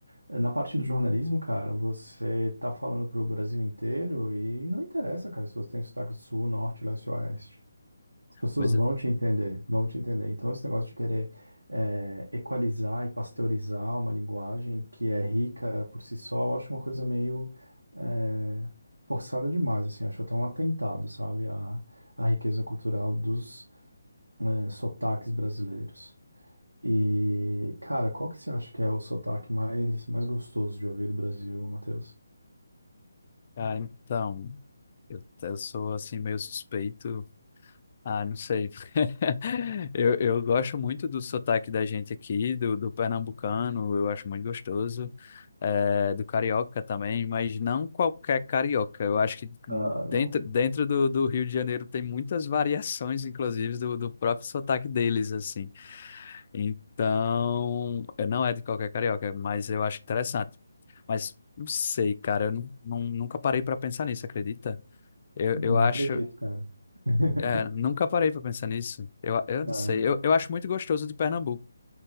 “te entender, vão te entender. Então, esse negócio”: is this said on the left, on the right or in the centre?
Right